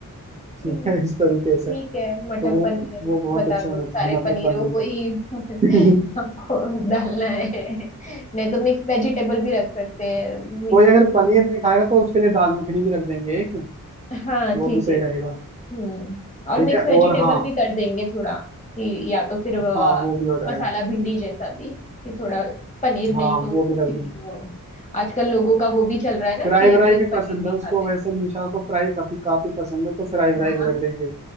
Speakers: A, on the left (about 20°); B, on the right (about 20°).
A: हम्म
B: ठीक है इस तरीके से
A: ठीक है
B: तो
A: मटर
B: वो
A: पनीर
B: वो बहुत
A: बता
B: अच्छा
A: दो
B: मटर
A: सारे
B: मटर
A: पनीरों को ही <laughs>
B: पनीर <laughs>
A: हमको डालना है नहीं तो मिक्स वेजिटेबल भी रख सकते हैं मिक्स
B: कोई अगर पनीर नहीं खाएगा तो उसके लिए दाल मखनी भी रख देंगे एक
A: हाँ
B: वो
A: ठीक
B: भी सही
A: है
B: रहेगा
A: हम्म और
B: ठीक
A: मिक्स
B: है
A: वेजिटेबल
B: और हाँ
A: भी कर देंगे थोड़ा कि या तो फिर अ,
B: हाँ वो भी हो जाएगा
A: मसाला भिंडी जैसा भी कि थोड़ा पनीर
B: हाँ
A: नहीं तो
B: वो भी रख
A: जिनको
B: देंगे
A: आजकल लोगों का वो भी चल रहा है ना
B: फ्राई
A: कि
B: व्राई
A: भाई
B: भी
A: पनीर
B: पसंद
A: नहीं
B: है उसको
A: खाते
B: वैसे निशा को फ्राई काफी काफी पसंद है तो फ्राई व्राई
A: हाँ
B: भी रख
A: वो-
B: देंगे